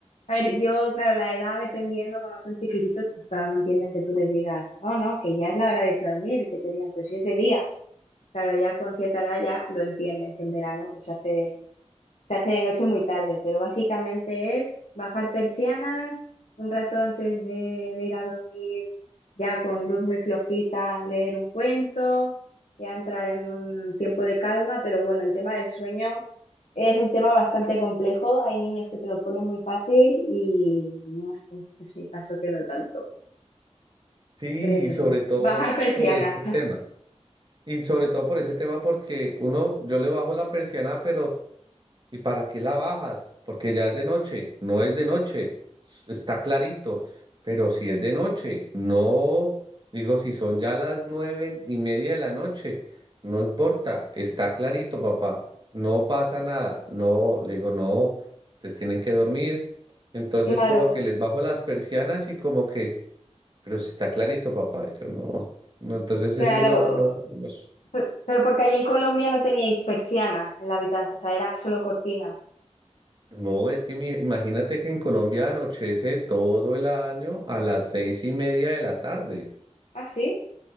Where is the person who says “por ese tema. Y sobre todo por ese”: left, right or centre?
Right